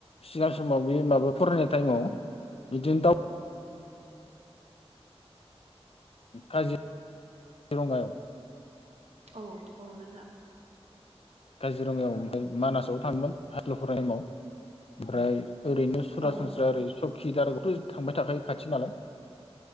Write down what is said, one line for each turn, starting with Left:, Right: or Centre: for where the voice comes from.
Left: सिगां समाव बे माबा फरायनाय टाइमाव बिदिनो दाउ काजि रङायाव
Right: औ औ नोंथां
Left: काजिरङायाव ओमफ्राय मानासाव थाङोमोन हाइस्कुलाव फरायनाय टायेमाव ओमफ्राय ओरैनो सुरासनस्रा
Right: औ
Left: ओरै सखिदाराबोथ थांबाय थाखायो खाथि नालाय